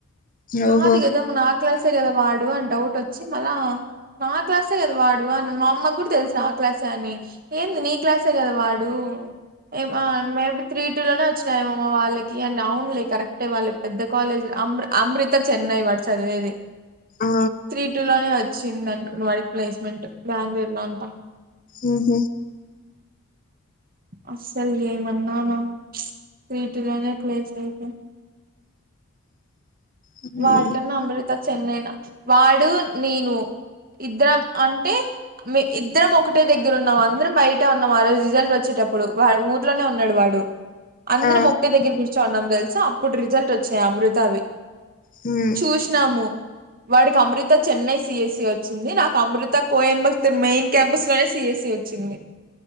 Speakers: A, on the right; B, on the left.
A: కాదు
B: ఓహో
A: కదా మా నా క్లాసే కదా వాడు అని డౌట్ వచ్చి మళ్ళ నా క్లాసే కదా వాడు అని మా అమ్మ కూడా తెలుసు ఆ క్లాసే అని ఏంది నీ క్లాసే కదా వాడు ఉ ఏ మేబీ త్రీ టూ లోనే వచ్చినాఏమో వాళ్ళకి అండ్ అవున్లే కరెక్టే వాళ్లు పెద్ద కాలేజ్ అమృ అమృత చెన్నై వాడు చదివేది
B: ఆ! ఆ!
A: త్రీ టూ లోనే వచ్చింది చింద వాడికి ప్లేస్మెంట్ బ్యాంగ్ళూర్ లో అంట
B: ఉ హ్
A: అస్సలు ఏమన్నానా త్రీ టు లోనే ప్లేస్ అయితే
B: హ్మ్.
A: వాడికన్నా అమృత చెన్నైన వాడు నేను ఇద్దరం అంటే మే ఇద్దరం ఒకటే దగ్గర ఉన్నాం అందరం బయటే ఉన్నాం ఆ రోజు రిజల్ట్ వచ్చేటప్పుడు టప్పుడు వాడు ఊర్లోనే ఉన్నడు వాడు అందరం
B: ఆ!
A: ఒకటే దగ్గర కూర్చోని ఉన్నాం తెలుసా అప్పుడు రిజల్ట్ వచ్చాయి అమృతావి
B: హ్మ్.
A: చూసినాము వాడికి అమృత చెన్నై సిఎస్సి వచ్చింది నాకు అమృత కోయంబత్తూర్ మెయిన్ క్యాంపస్ లోనే సి సి యెస్ సి వచ్చింది